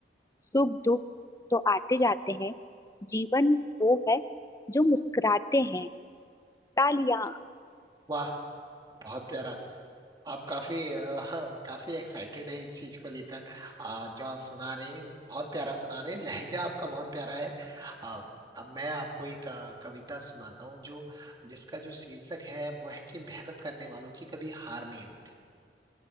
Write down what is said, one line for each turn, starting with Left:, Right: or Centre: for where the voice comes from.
Left: सुख दुख तो आते जाते हैं जीवन वो है जो मुस्कुराते हैं तालियां
Right: वाह बहुत प्यारा आप काफी अ, <laughs> काफी एक्साइटेड हैं इस चीज को लेकर अ, जो आप सुना रहे हैं बहुत प्यारा सुना रहे हैं लहजा आपका बहुत प्यारा है अ, अब मैं आपको एक अ, कविता सुनाता हूँ जो जिसका जो शीर्षक है वो है कि मेहनत करने वालों की कभी हार नहीं होती